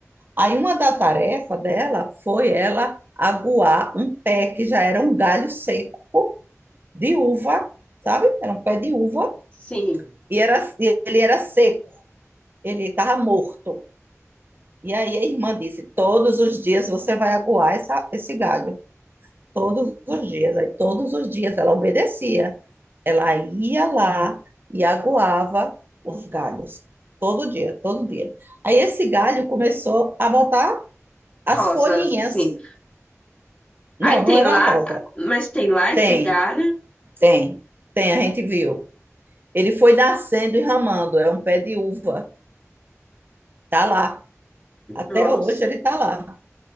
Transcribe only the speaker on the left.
sim,
rosas,
assim.
Aí tem
lá,
mas tem lá
esse galho?
Nossa,